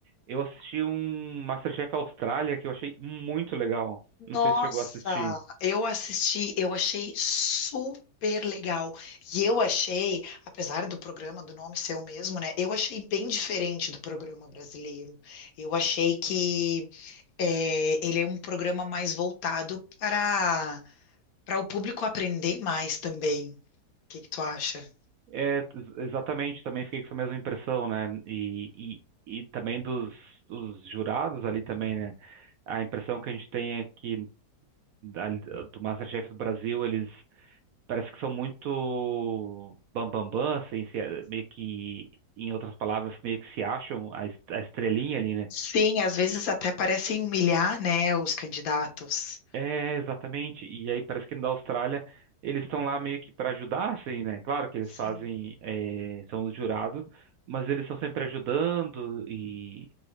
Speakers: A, on the right; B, on the left.
A: eu assisti um MasterChef Austrália que eu achei muito legal.
B: Nossa,
A: Não sei se chegou a assistir.
B: eu assisti, eu achei super legal. E eu achei, apesar do programa, do nome ser o mesmo, né? Eu achei bem diferente do programa brasileiro. Eu achei que é, ele é um programa mais voltado para para o público aprender mais também. O que que tu acha?
A: É, ex- exatamente, também fiquei com essa mesma impressão, né? E, e, e também dos, dos jurados ali também, né? A impressão que a gente tem é que ali do MasterChef do Brasil, eles parece que são muito bam bam bam, assim, se- meio que, em outras palavras, meio que se acham a, es- a estrelinha ali, né?
B: Sim, às vezes até parecem humilhar, né, os candidatos.
A: É, exatamente. E aí parece que na Austrália eles estão lá meio que para ajudar, assim, né? Claro que eles
B: Sim.
A: fazem, é, são os jurados, mas eles estão sempre ajudando e,